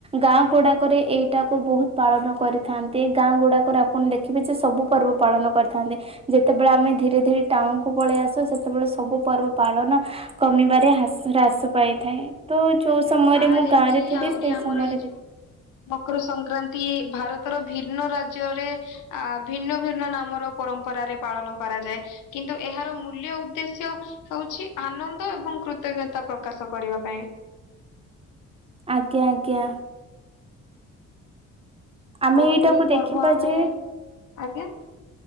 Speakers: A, on the right; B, on the left.
A: ଗାଁ ଗୁଡାକରେ ଏଇଟାକୁ ବହୁତ ପାଳନ କରି ଥାନ୍ତି। ଗାଁ ଗୁଡାକରେ ଆପଣ ଦେଖିବେ ଯେ ସବୁ ପର୍ବ ପାଳନ କରିଥାନ୍ତି ଯେତେବେଳେ
B: ଆଜ୍ଞା
A: ଆମେ ଧି ଟାଉଣକୁୁ ପଳେଇ ଆସୁ ସେତେବେଳେ ସବୁ ପର୍ବ ପାଳନ କମିବାରେ ହାର୍ ରେ ହ୍ରାସ ପାଇଥାଏ। ତ ଯୋଉ
B: ଆଜ୍ଞା
A: ସମୟରେ ମୁଁ ଗାଁ
B: ବି
A: ରେ ଥିଲି
B: ଆହୁରି
A: ସେଇ
B: ଆମର
A: ସମୟରେ
B: ଏଇ
A: ଦେଖ
B: ଯୋଉ ମକର ସଂକ୍ରାନ୍ତି ଭାରତ ର ଭିନ୍ନ ରାଜ୍ୟରେ ଅ ଭିନ୍ନ ଭିନ୍ନ ନାମର ପରମ୍ପରାରେ ପାଳନ କରାଯାଏ କି ନ୍ତୁ ଏହାର ମୂଲ୍ୟ ଉଦ୍ଦେଶ୍ୟ ହଉଛି ଆନନ୍ଦ ଏବଂ କୃତଜ୍ଞତା ପ୍ରକାଶ କରିବା ପାଇଁ।
A: ଆଜ୍ଞା ଆଜ୍ଞା। ଆମେ
B: ତ
A: ଏଇଟାକୁ
B: ଏହି ପର୍ବ
A: ଦେଖିବା
B: ଆମେ
A: ଯେ
B: ଆଜ୍ଞା